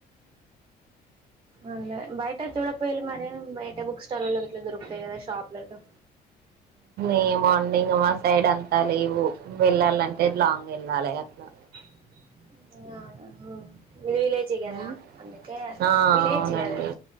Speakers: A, on the right (about 30°); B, on the right (about 65°).
A: అల్నే బయట చూడపోయిల మరి బయట బుక్ స్టాల్‌ల్లలో గిట్లా దొరుకుతయి గదా షాప్లల్లో
B: ఏమో అండి ఇంగ మా సైడ్ అంతా లేవు వెళ్ళాలంటే లాంగ్ వెళ్ళాలి అట్లా
A: అ గాన వో విలేజి గదా
B: ఉమ్,
A: అందుకే
B: ఆ
A: విలేజ్
B: అవునండి
A: గదా